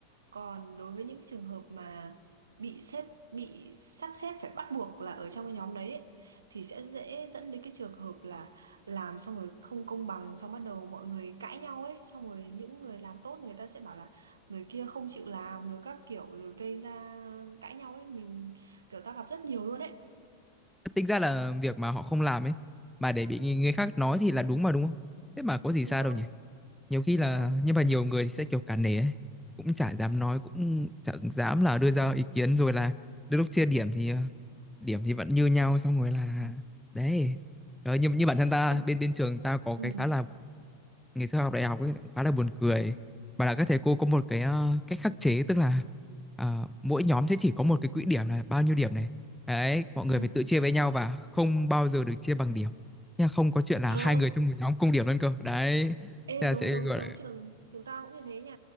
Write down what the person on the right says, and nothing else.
còn đối với những trường hợp mà bị xếp bị sắp xếp phải bắt buộc là ở trong cái nhóm đấy ấy, thì sẽ dễ dẫn đến cái trường hợp là làm xong rồi không công bằng xong bắt đầu mọi người cãi nhau ấy xong rồi những người làm tốt người ta sẽ bảo là người kia không chịu làm rồi các kiểu rồi gây ra cãi nhau ấy mình kiểu ta gặp rất nhiều luôn ấy
đúng
rồi
đúng
rồi
Em-
ừ.
Ừ.
Ờ,
Ê
giống
giống
giống
trường trường tao cũng như thế nhỉ